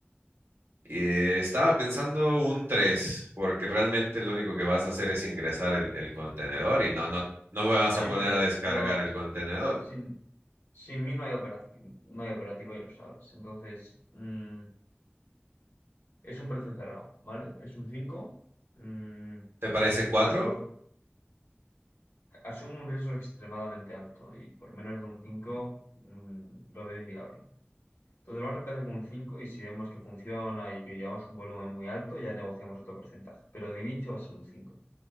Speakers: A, on the right; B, on the left.
A: Y, eh, estaba pensando un 3 porque realmente lo único que vas a hacer es ingresar el, el contenedor y no, no, no me vas
B: Sí,
A: a poner
B: pero,
A: a descargar
B: pero
A: el contenedor.
B: sin, sin mí no hay operación, no hay operativo y lo sabes. Entonces, mm, es un precio cerrado, ¿vale? Es un 5 mm,
A: ¿Te parece cuatro?
B: sobre todo. Asumo un riesgo extremadamente alto y por menos de un 5 mm, lo veo inviable. Entonces vamos a empezar con un 5 y si vemos que funciona y que llevamos un volumen muy alto, ya negociamos otro porcentaje. Pero de inicio va a ser un cinco